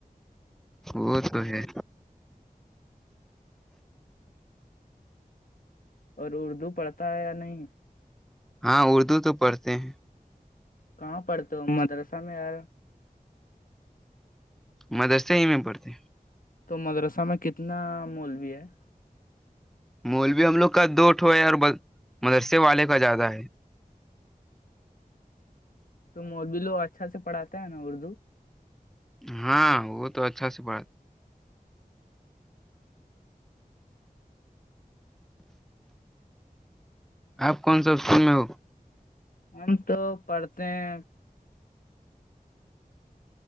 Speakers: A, in the centre; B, on the left.
A: وہ تو ہے
B: اور اردو پڑھتا ہے یا نہیں
A: ہاں اردو تو پڑھتے ہیں
B: کہاں پڑتے مدرسہ میں آار
A: مدرستے ہی میں پڑتے
B: تو مدرسہ میں کتنا مولوی ہے
A: مول بھی ہم لوگ کا دوٹھو ہے اور مدرسے والے کا زیادہ ہے
B: تو م بھی لو اچھا سے پڑھاتے ہے نا اردو
A: ہاں وہ تو اچھا سے پڑھاتی آپ کون سا ا فول میں ہو
B: ہم تو پڑھتے ہیں